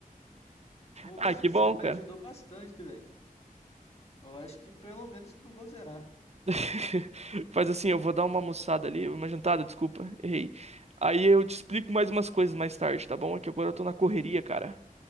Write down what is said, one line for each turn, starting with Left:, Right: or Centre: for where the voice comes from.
Left: Poxa,
Right: Ah, que
Left: você
Right: bom,
Left: me
Right: cara.
Left: ajudou bastante, velho. Eu acho que pelo menos não vou zerar.
Right: <laughs> Faz assim, eu vou dar uma almoçada ali, uma jantada, desculpa, errei. Aí eu te explico mais umas coisas mais tarde, tá bom? É que agora eu tô na correria, cara.